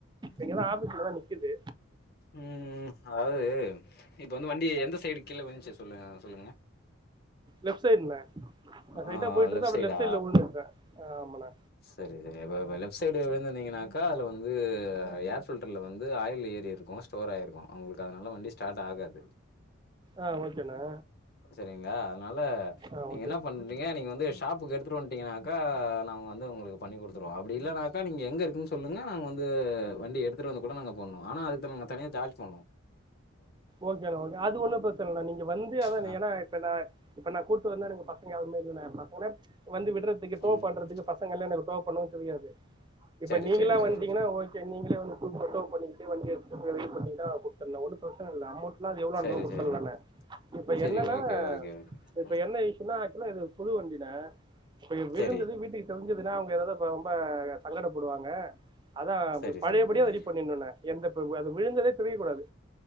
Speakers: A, on the left; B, on the right.
A: ம்.
B: இங்கதா ஆபீஸ்ல தான் நிக்குது
A: ம் அதாவாது இப்ப வந்து வண்டி எந்த சைடு கீழ விழுந்துச்சு சொல்லுங்க சொல்லங்க
B: லெஃப்ட் சைடுண்ணே நா ஸ்ட்ரைட்டா
A: ஆ
B: போயிட்டு
A: லெப்ட்
B: இருந்தே அப்டியே
A: சைடா
B: லெஃப்ட் சைடுல விழுந்துட்டே ஆமாண்ணே
A: சரி லெப்ட் சைடு விழுந்தீங்கன்னாக்கா அதுல வந்து இது ஏர் ஃபில்டர்ல வந்து ஆயில் ஏரி இருகு ஸ்டோர் ஆயிருகு உங்ளுகு அதனால வண்டி ஸ்டார்ட் ஆகாது
B: ஆ ஓகேண்ணே
A: செரிங்களா அதனால
B: ஆ
A: நீங்க
B: ஓகே
A: என்ன பண்றீங்க நீங்க வந்து ஷாப்புகு எடுத் எடுத் வண்ட்டினாக்கா நாங்க வந்து உங்ளுகு பண்ணி கொடுதுருவோ அப்டி இல்லனாகா நீங்க எங்க இருக்னு சொலுங்க நாங்க வந்து வண்டி எடுதுடு வந்து கூட நாங்க பண்ணுவோ ஆனா அதுக் நீங்க தனியா சார்ஜ் பண்ணு
B: ஓகேனா ஓகே அது ஒண்ணு பிரசன இல்ல நீங்க வந்து அதான
A: ஆ
B: ஏனா இப்ப நா இப்ப நா கூட்டு வந்தா <unintelligible> <unintelligible> வந்து விட்றதுகு டோ
A: ம்,
B: பண்றதுகு
A: ம்.
B: பசங்களே டோ பண்ணவு தெரியாது இப்ப
A: சரி,
B: நீங்களா
A: சரி,
B: வன்ட்டீங்கனா
A: சரி.
B: ஓகே நீங்களே வந்து <unintelligible> டோ பண்ணிடு வண்டிய கொஞ்சொ வெயிட் பண்ணீங்னா <unintelligible> <unintelligible> அமௌண்ட்லா எவ்ளோ
A: சரி,
B: குடுதலான
A: சரி.
B: இப்ப
A: சரி,
B: என்னனா
A: ஓகே, ஓகே, ஓகே.
B: இப்ப
A: ம்.
B: என்ன இசுசூ இதுனா ஆக்சுவலா புது வண்டின இப்ப விழுந்தது
A: சரி.
B: வீட்டுகு தெரிஞ் இதுனா அவுங்க ஏதாவ்து ரொம்ப சங்கட படுவாங்க அதா
A: சரி,
B: பழையபடி
A: சரி, சரி.
B: ரெடி பண்ணிணுன எந்தப் அது விழுந்ததே தெரிய கூடாது